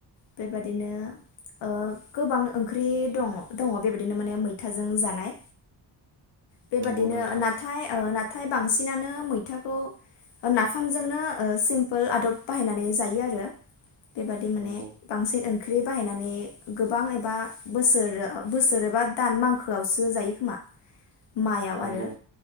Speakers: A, on the left; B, on the right.
A: बेबादिनो ओ गोबां ओंख्रि दङ दङ बेबायाददिनो माने मैथाजों जानाय बेबादिनो
B: नंगौ नोंथां
A: नाथाय ओ नाथाय बांसिनानो मैथाखौ नाफामजोंनो ओ सिम्पोल आदब बाहायनानै जायो आरो बेबादि माने
B: नंगौ
A: बांसिन ओ ओंख्रि बाहायनानै गोबां एबा बोसोर बोसोर एबा दान मांखोआवसो जायो खोमा मायाव
B: नंगौ
A: आरो